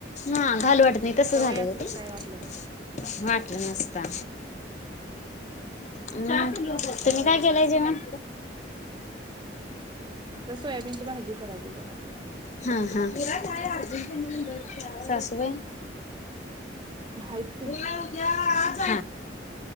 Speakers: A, on the left; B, on the right.
A: हा घालु वाटत नाही तस
B: सवय
A: झालं हो
B: असते तर
A: ते
B: काय वाटलं
A: वाट नसता तुम्ही काय केलाय जेवण?
B: आता सोयाबीनची भाजी करायली बघा
A: हा हा. तम
B: आहेत की
A: उला उद्या आज